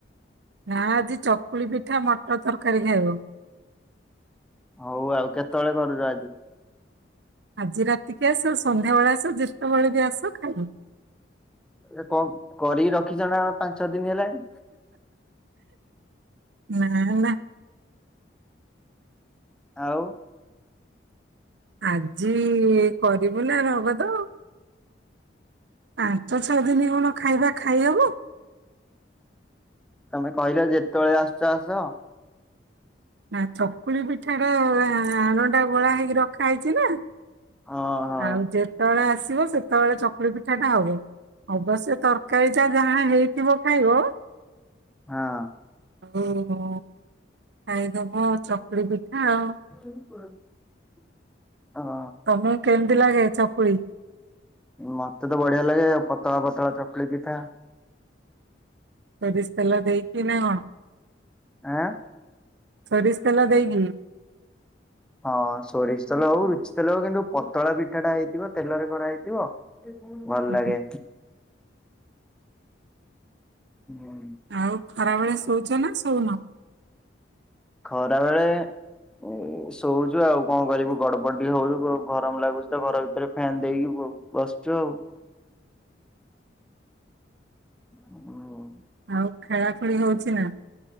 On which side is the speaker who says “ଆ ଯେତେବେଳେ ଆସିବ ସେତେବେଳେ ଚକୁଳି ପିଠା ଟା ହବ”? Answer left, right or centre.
Right